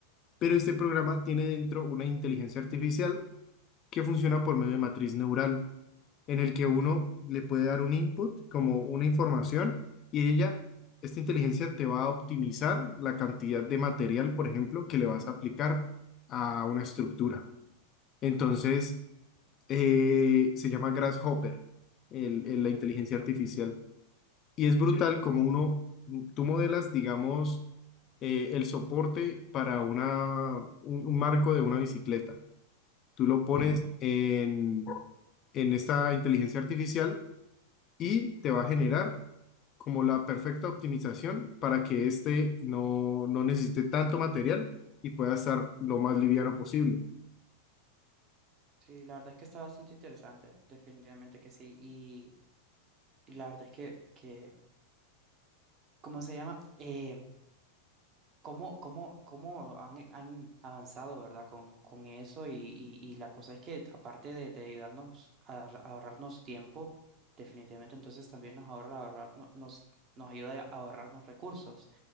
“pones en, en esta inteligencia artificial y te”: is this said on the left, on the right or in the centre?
Left